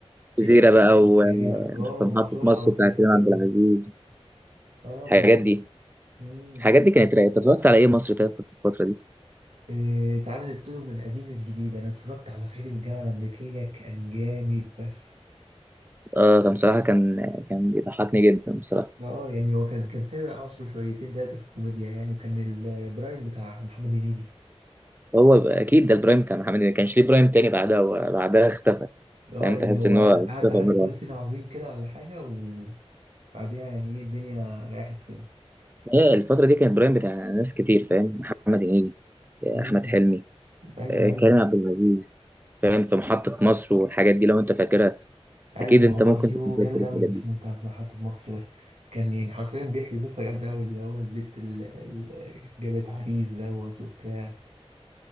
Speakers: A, on the right (about 15°); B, on the right (about 90°).
A: جزيره
B: ايه الافلام
A: بقى
B: اللي كانت
A: وفي
B: بتعجبك اه ومصلحة
A: محطه مصر
B: والحاجات
A: بتاع كريم
B: الحلوة
A: عبد العزيز
B: دي اه
A: الحاجات
B: بالظبط
A: دي
B: امم
A: الحاجات دي كانت رايقه أنت اتفرجت على ايه مصري طيب في الفتره دي
B: إيه تعالى نبتدي من القديم للجديد انا اتفرجت على صعيدي من الجامعه الامريكيه كان جامد بس
A: اه كان بصراحه كان كان بيضحكني جدا بصراحه
B: اه يعني هو كان كان سابق عصره شويتين تلاته في الكوميديا يعني وكان البرايم بتاع محمد هنيدي
A: هو اكيد ده البرايم بتاع محمد هنيدي ما كانش ليه برايم تاني بعدها وبعدها اختفى
B: اه
A: فاهم
B: يعني
A: تحس
B: هو
A: ان
B: قعد
A: هو اختفى
B: قعد لحد
A: مره
B: فول الصين عظيم كده ولا حاجه وبعديها يعني ايه الدنيا ريحت سنه
A: هي الفترة دي كانت برايم بتاع ناس كتير فاهم محمد هنيدي
B: امم
A: أحمد حلمي
B: ايوه
A: آه،
B: ايوه
A: كريم عبد العزيز فاهم في محطة مصر والحاجات دي لو أنت فاكرها
B: ايوه
A: أكيد أنت
B: آه،
A: ممكن
B: ايوه
A: تكون فاكر
B: جامد اوي
A: الحاجات
B: الفيلم
A: دي
B: بتاع في محطه مصر ده كان يعني حرفيا بيحكي قصه جامده اوي اللي هو البنت اللي اللي جابت عريس دوت وبتاع